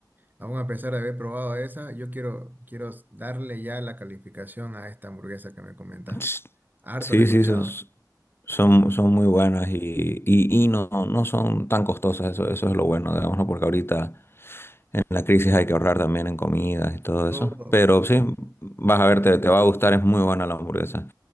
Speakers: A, on the right (about 25°); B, on the left (about 30°).
A: Aún a pesar de haber probado esa, yo quiero, quiero darle ya la calificación a esta hamburguesa que me comentas.
B: Ts-
A: Harto
B: Sí,
A: la he escuchado.
B: sí, son, son, son muy buenas y, y, y no, no son tan costosas, eso, eso es lo bueno, digamos, ¿no? Porque ahorita en la crisis hay que ahorrar también en comidas y todo
A: Todo.
B: eso. Pero
A: pues.
B: sí, vas a ver, te, te va a gustar, es muy buena la hamburguesa.